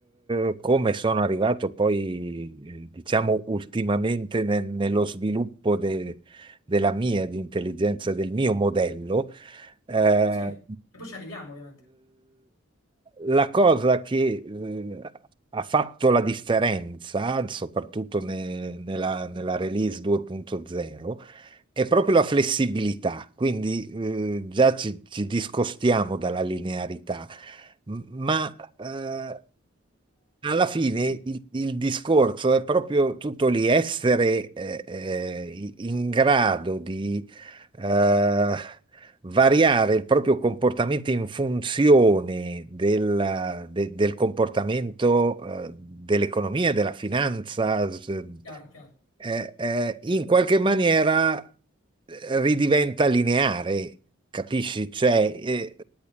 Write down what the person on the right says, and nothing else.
eh, come sono arrivato poi, eh, diciamo, ultimamente ne- nello sviluppo de- della mia, di intelligenza, del mio modello, eh,
la cosa che eh, ha fatto la differenza, soprattutto ne- nella, nella release 2.0, è proprio la flessibilità. Quindi eh, già ci, ci discostiamo dalla linearità, M- ma eh, alla fine
il, il discorso è proprio tutto lì, essere eh, eh, in grado di eh, variare il proprio comportamento in funzione della- de- del comportamento, eh, dell'economia, della finanza, s-
eh, eh, in qualche maniera eh, ridiventa lineare, capisci? Cioè, eh,